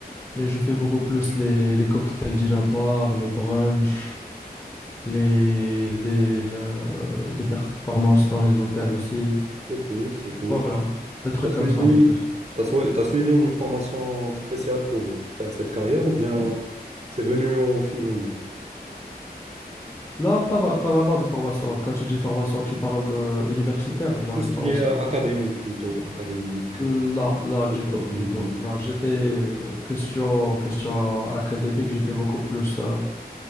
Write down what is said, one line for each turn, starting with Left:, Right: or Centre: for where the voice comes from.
Left: mais je fais beaucoup plus les, les cocktails dînatoires, les brunchs, les, des, euh, des performances dans les hôtels aussi.
Right: C'est cool, c'est cool.
Left: Voilà, des trucs
Right: Tu as suivi,
Left: comme ça un peu plus.
Right: t'as soi- t'as suivi une formation spéciale pour faire cette carrière ou bien c'est venu au feeling?
Left: Là, pas, vra- pas vraiment de formation. Quand tu dis formation, tu parles de universitaire,
Right: Euh,
Left: genre
Right: Tout ce
Left: une formation
Right: qui est
Left: universitaire.
Right: académique plutôt, académique,
Left: Là,
Right: euh,
Left: là, du
Right: école,
Left: tout, du
Right: musique.
Left: tout. Là, j'étais euh, question, question académique, j'étais beaucoup plus. euh,